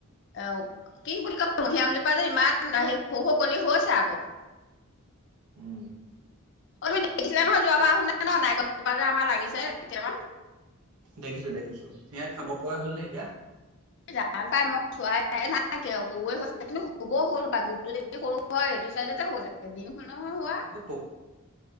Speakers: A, on the left; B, on the right.
A: অ' কি বুলি কয় মধুৰী আমজোপা যে ইমান সৰু সৰু কলি হৈছে আকৌ।
B: উম
A: অ' তুমি দেখিছিলা নহয় যোৱাবাৰ আহোতে ন নাৰিকল জোপা যে আমাৰ লাগিছে কেইটামান
B: দেখিছোঁ দেখিছোঁ সেয়া খাব পৰা হ'ল নে এতিয়া?
A: জানো পাই মই চোৱাই নাই কিয় সৰুৱে হৈ আছে কিন্তু হ'বও হ'ল বা গোপটো দেখি সৰু হয় হৈ হেয়তো চাইদতে হ'ব চাগে দিন হ'ল নহয় হোৱা।
B: সেইবোৰ